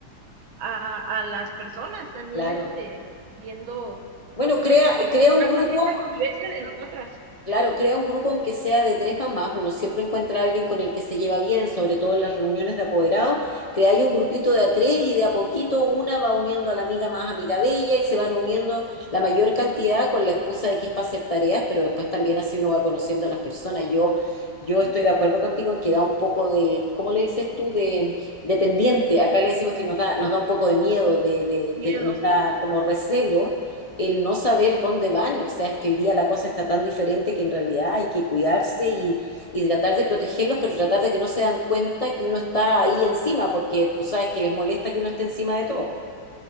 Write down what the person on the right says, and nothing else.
a, a las personas también,
este, viendo,
pues,
pues fomentar
también la convivencia de nosotras,
sí,
sí,
miedo,
sí,
sí, sí.